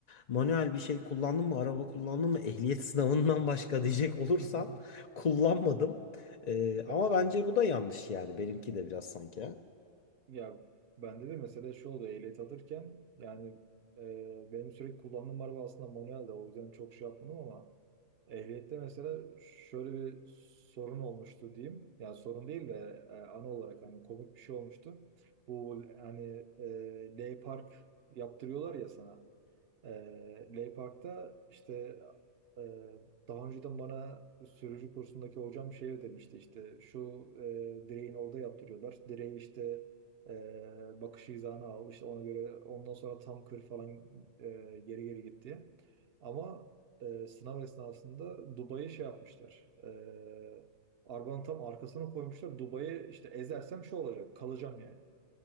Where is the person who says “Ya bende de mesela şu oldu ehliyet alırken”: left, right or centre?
Right